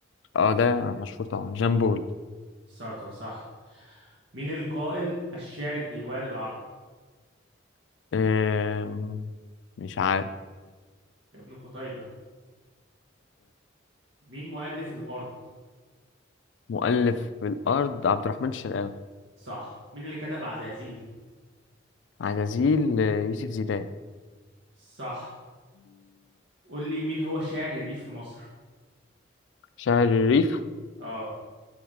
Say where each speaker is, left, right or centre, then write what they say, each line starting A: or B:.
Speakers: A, on the left; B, on the right.
A: اه ده مشهور طبعا جامبول
B: سارتر صح مين القائل الشاعر ديوان العرب
A: آه، مش عارف
B: ابن قتيبة مين مؤلف الأرض
A: مؤلف الأرض عبد الرحمن الشرقاوي
B: صح مين اللي كتب عزازيل
A: عزازيل آه، يوسف زيدان
B: صح قول لي مين هو شاعر الريف في مصر
A: شاعر الريف
B: اه